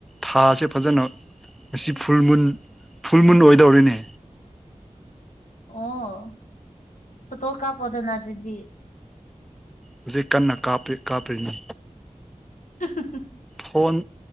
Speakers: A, in the centre; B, on the left (about 80°).
A: ꯊꯥꯁꯦ ꯐꯖꯅ ꯑꯁꯤ ꯐꯨꯜ ꯃꯨꯟ ꯐꯨꯜ ꯃꯨꯟ ꯑꯣꯏꯗꯧꯔꯤꯅꯦ
B: ꯑꯣ ꯐꯣꯇꯣ ꯀꯥꯄꯣꯗꯅ ꯑꯗꯨꯗꯤ
A: ꯍꯧꯖꯤꯛ ꯀꯟꯅꯥ ꯀꯥꯞꯄꯤ ꯀꯥꯞꯄꯤꯅꯤ
B: ꯍ
A: ꯐꯣꯟ